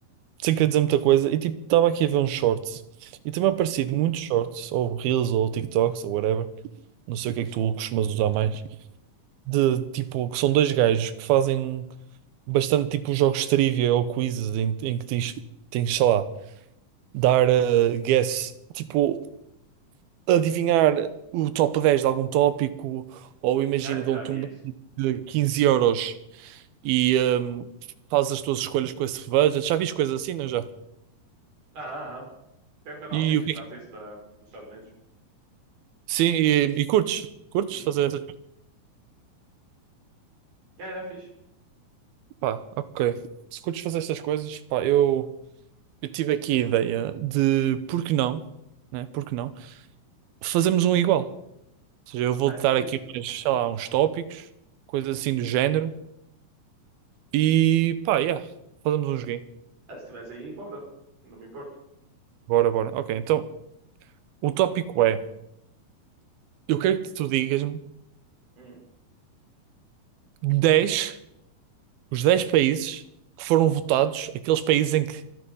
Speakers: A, on the right; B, on the right.
A: Sem querer dizer muita coisa. E, tipo, estava aqui a ver uns shorts. E tem-me aparecido
B: Hum.
A: muitos shorts, ou reels, ou TikToks, ou whatever. Não sei o que é que tu costumas usar mais. De, tipo, que são dois gajos que fazem bastante, tipo, jogos de trivia ou quizzes em, em que tens, tens, sei lá, dar eh, guess. Tipo. adivinhar o top 10 de algum tópico, ou imagina,
B: Acho
A: dão-te
B: que já vi
A: um budget
B: isso.
A: de 15 euros e hum, fazes as tuas escolhas com esse budget. Já fiz coisas assim, não já?
B: Ah, ah, ah. Tem um canal
A: E
B: fixe
A: o que
B: que faz
A: é que...
B: isso da, dos Estados Unidos.
A: Sim, e, e curtes? Curtes
B: Uhum.
A: fazer essas coisas?
B: É, é fixe.
A: Pá, ok. Se curtes fazer estas coisas, pá, eu, eu tive aqui a ideia de por que não, né? Por que não? Fazermos um igual. Ou seja, eu vou-te
B: Ah, é fixe.
A: dar aqui uns, sei lá, uns tópicos, coisas assim do género. E pá, yeah, fazemos um joguinho.
B: Ah, se estiveres aí, bora. Não me importo.
A: Bora, bora. Ok, então. O tópico é: eu quero que tu digas-me
B: Hum,
A: 10, os 10 países que foram votados, aqueles países em que